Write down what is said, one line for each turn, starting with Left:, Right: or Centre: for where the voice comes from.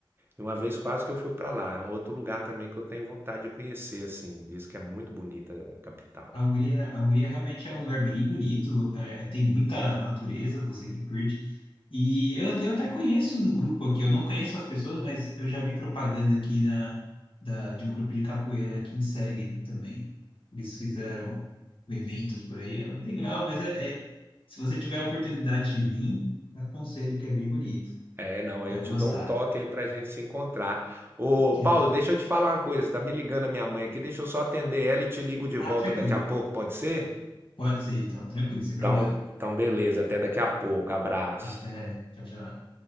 Right: E uma vez quase que eu fui para lá. É um outro lugar também que eu tenho vontade de conhecer, assim. Diz que é muito bonita a capital.
Left: A Hungria, a Hungria realmente é um lugar bem bonito, é, é, tem muita natureza, você que curte. E eu, eu até conheço um grupo aqui, eu não conheço as pessoas, mas eu já vi propaganda aqui na, da, de um grupo de capoeira aqui em Seg também. Eles fizeram eventos por aí, é legal, mas é, é- se você tiver a oportunidade de vir, aconselho que é bem bonito,
Right: É, não, aí
Left: vai
Right: eu te
Left: gostar.
Right: dou um toque aí pra gente se encontrar. Ô,
Left: <laughs>
Right: Paulo, deixa eu te falar uma coisa. Tá me ligando a minha mãe aqui, deixa eu só atender ela e te ligo de volta
Left: Ah, tranquilo,
Right: daqui a pouco, pode ser?
Left: pode ser então, tranquilo, sem problema.
Right: Então, então beleza, até daqui a pouco. Abraço.
Left: Até, tchau, tchau.